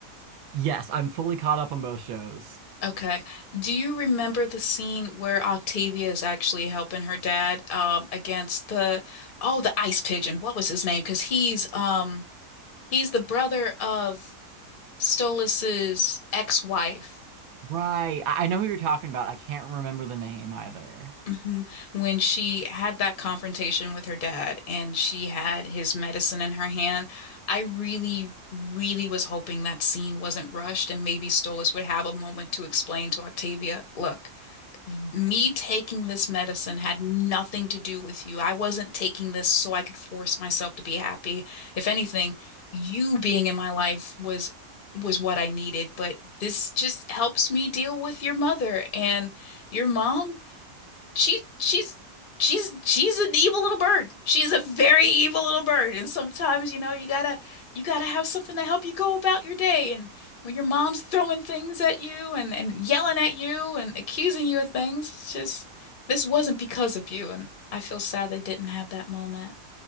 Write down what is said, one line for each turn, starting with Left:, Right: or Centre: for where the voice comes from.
Right: Yes, I'm fully caught up on both shows.
Left: Okay. Do you remember the scene where Octavia is actually helping her dad um against the oh the ice pigeon. What was his name? Because he's um he's the brother of Stolas's ex-wife
Right: Right. I, I know who you're talking about. I can't remember the name either.
Left: Mhm. When she had that confrontation with her dad and she had his medicine in her hand, I really, really was hoping that scene wasn't rushed and maybe Stolas would have a moment to explain to Octavia, look, me taking this medicine had nothing to do with you. I wasn't taking this so I could force myself to be happy. If anything, you being in my life was was what I needed, but this just helps me deal with your mother and your mom she she's she's she's an evil little bird. She is a very evil little bird. And sometimes, you know, you gotta you gotta have something to help you go about your day. And when your mom's throwing things at you and and yelling at you and accusing you of things, it's just this wasn't because of you. And I feel sad they didn't have that moment.